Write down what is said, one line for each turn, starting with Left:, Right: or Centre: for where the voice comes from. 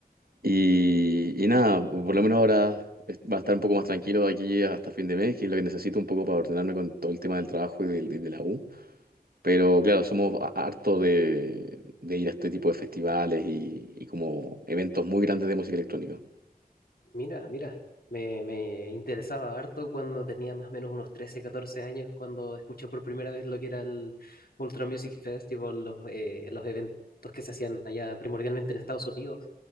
Right: Y, y nada, por lo menos ahora es- va a estar un poco más tranquilo de aquí hasta fin de mes, que es lo que necesito un poco para ordenarme con todo el tema del trabajo y del- de, de la U. Pero claro, somos a- hartos de, de ir a este tipo de festivales y, y como eventos muy grandes de música electrónica.
Left: Mira, mira, me, me interesaba harto cuando tenía más o menos unos 13 14 años, cuando escuché por primera vez lo que era el Ultra Music Festival, los, eh, los eventos que se hacían allá primordialmente en Estados Unidos.